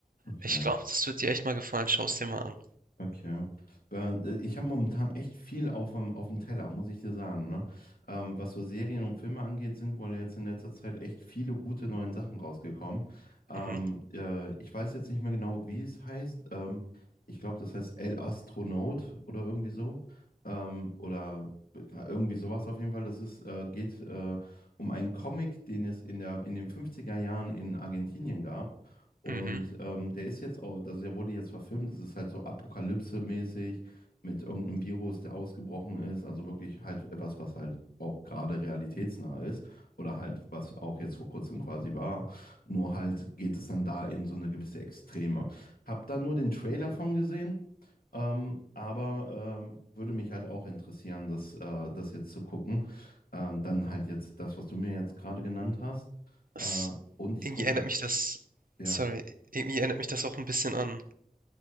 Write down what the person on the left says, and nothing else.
okay.
Okay. Ben, äh, Ich habe momentan echt viel auf dem, auf dem Teller, muss ich dir sagen, ne? Ähm, was so Serien und Filme angeht, sind wohl jetzt in letzter Zeit echt viele gute neuen Sachen rausgekommen. Ähm,
äh, ich weiß jetzt nicht mehr genau, wie es heißt. Ähm, ich glaube, das heißt El Astronaut oder irgendwie so. Ähm, oder ja, irgendwie sowas auf jeden Fall. Das ist, äh, geht äh, um einen Comic, den es in der, in den 50er Jahren in Argentinien gab. Und
ähm, der ist jetzt auch, also der wurde jetzt verfilmt, es ist halt so Apokalypse-mäßig mit irgendeinem Virus, der ausgebrochen ist, also wirklich halt etwas, was halt auch gerade realitätsnah ist oder halt was auch jetzt vor kurzem quasi war, nur halt geht es dann da in so eine gewisse Extreme. Hab da nur den Trailer von gesehen, ähm, aber ähm, würde mich halt auch interessieren, das, äh, das jetzt zu gucken. Ähm, dann halt jetzt das, was du mir jetzt gerade genannt hast. Äh,
und ich
gucke
akt
ja.